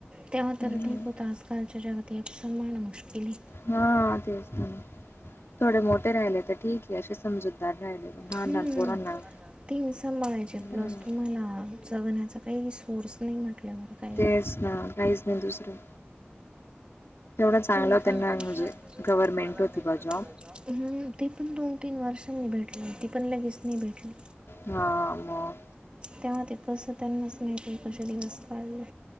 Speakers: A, on the right; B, on the left.
A: तेव्हा
B: हम्म.
A: तर ठीक होतं आजकालच्या जगात एक समान मुश्किल केली.
B: हा तेच न थोडे मोठे राहिले तर ठीक आहे असे समजूतदार राहिले पण लहान
A: हम्म.
B: लहान पोरांना.
A: तीन सांभाळायचे
B: हम्म.
A: प्लस तुम्हाला, जगण्याचा काही सोर्स नाही म्हटल्यावर... काही
B: तेच ना... काहीच नाही दुसरं... तेवढं
A: तेवढ चांगलं
B: त्यांना म्हणजे
A: केल, गव्हर्नमेंट
B: होती बा
A: होता
B: जॉब.
A: जॉब. ती पण दोन तीन वर्षांनी भेटली, ती पण लगेच नाही भेटली.
B: हा.. मग...
A: तेव्हा त कसं त्यांनाच माहिती आहे कसेे दिवस काढले...